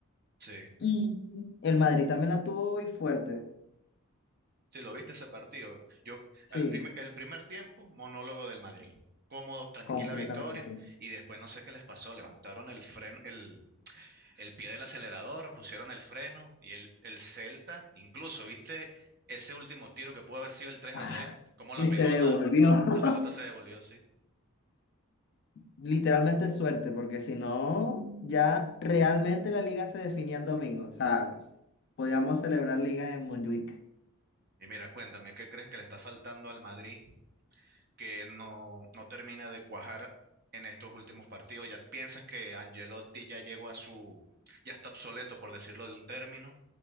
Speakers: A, on the right; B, on the left.
A: Sí.
B: Y el Madrid también la tuvo hoy fuerte,
A: Si lo viste ese partido, yo
B: sí,
A: al primer, el primer tiempo, monólogo del Madrid. Cómodo, tranquila
B: completamente.
A: victoria, y después no sé qué les pasó, levantaron el freno, el, el pie del acelerador, pusieron el freno, y el, el Celta, incluso, ¿viste ese último tiro que pudo haber sido el tres
B: Ah,
A: a tres Como
B: que
A: la pelota,
B: se devolvió. <laughs>
A: la pelota se devolvió, sí.
B: Literalmente suerte, porque si no, ya realmente la liga se definía el domingo, o sea, podíamos celebrar liga en Montjuic.
A: Y mira, cuéntame, ¿qué crees que le está faltando al Madrid que no, no termina de cuajar en estos últimos partidos. ¿Ya piensas que Angelotti ya llegó a su, ya está obsoleto, por decirlo de un término?